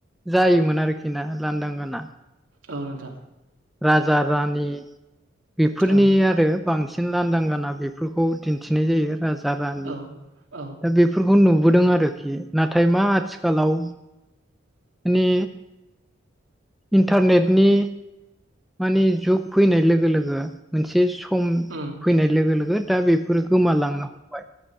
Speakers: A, in the centre; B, on the right.
A: जायोमोन आरोखिना लांदां गाना
B: औ नोंथां
A: राजा रानि बेफोरनि
B: औ
A: आरो बांसिन लांदां गाना बेफोरखौ दिन्थिनाय जायो राजा रानि
B: औ औ
A: दा बेफोर - बखौ नुबोदों आरोखि नाथाय मा आथिखालाव माने इन्टारनेटनि मानि जुग फैनाय लोगो लोगो मोनसे सम
B: उम
A: फैनाय लोगो लोगो दा बेफोरो गोमालांनो हमबाय